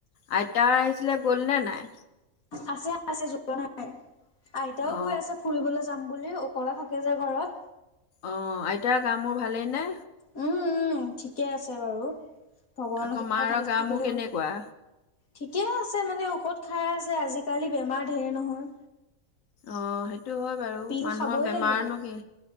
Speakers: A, on the left (about 70°); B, on the left (about 85°).
A: আইতা আহিছিলে গ'লনে নাই?
B: আছে-আছে <unintelligible> নাই। আইতাও
A: অ
B: কৈ আছে ফুৰিবলে যাম বুলি অকলে থাকে যে ঘৰত।
A: অ', আইতাৰ গা-মোৰ ভালেই নে?।
B: উম উম, ঠিকে আছে বাৰু। ভগৱানৰ
A: আকৌ
B: কৃপাত
A: মাৰ
B: ভালে
A: গা
B: থাকিলে
A: মোৰ কেনেকুৱা
B: হ'ল। ঠিকে আছে মানে ঔষধ খাই আছে আজিকালি বেমাৰ ধেৰ নহয়।
A: অ', সেইটো হয় বাৰু
B: পিল
A: মানুহৰ
B: খাবই
A: বেমাৰনো
B: লাগিব
A: কি।